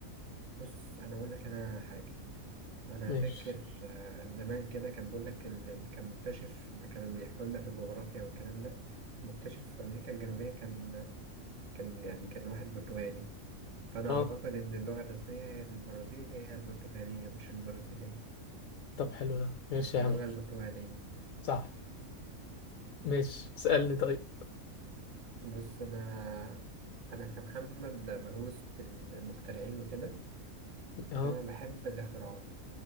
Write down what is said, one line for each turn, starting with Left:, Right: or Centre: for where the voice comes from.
Right: بص انا اقول لك انا حاجة انا
Left: ماشي
Right: فاكر آه، زمان كده كان بيقول لك اللي كان مكتشف ما كانوا بيحكوا لنا في الجغرافيا والكلام ده مكتشف في امريكا الجنوبيه كان كان يعني كان واحد برتغالي فانا
Left: اه
Right: اعتقد ان اللغه الرسميه هي البرازيل هي البرتغاليه مش البرازيليه
Left: طب حلو ده ماشي
Right: اللغه
Left: يا عم
Right: البرتغاليه
Left: صح ماشي اسألني طيب
Right: بص انا انا كمحمد مهووس بالمخترعين وكده
Left: اه
Right: فانا بحب الاختراعات